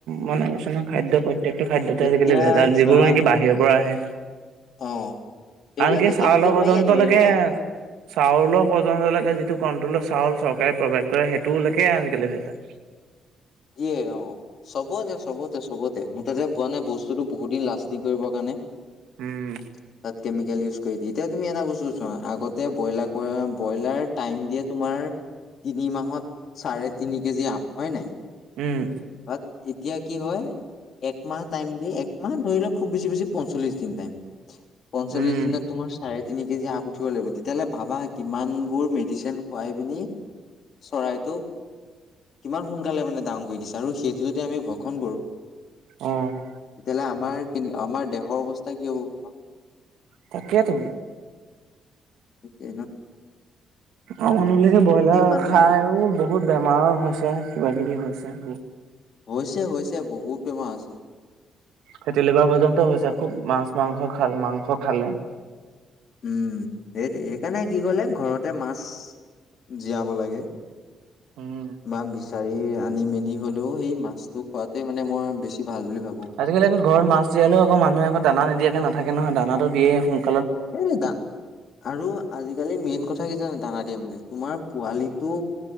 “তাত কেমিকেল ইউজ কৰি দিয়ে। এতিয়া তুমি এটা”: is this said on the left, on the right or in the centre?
Left